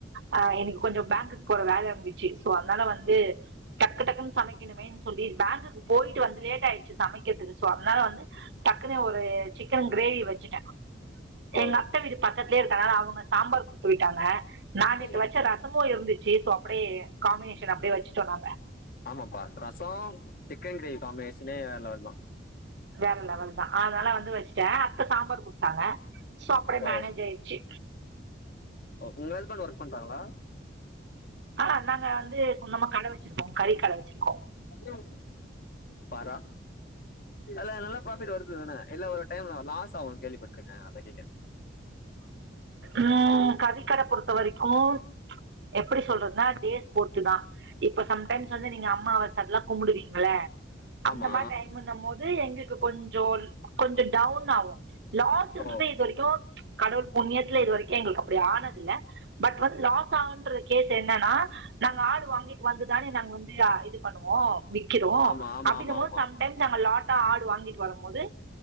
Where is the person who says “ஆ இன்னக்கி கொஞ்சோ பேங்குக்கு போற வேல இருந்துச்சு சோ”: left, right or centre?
Right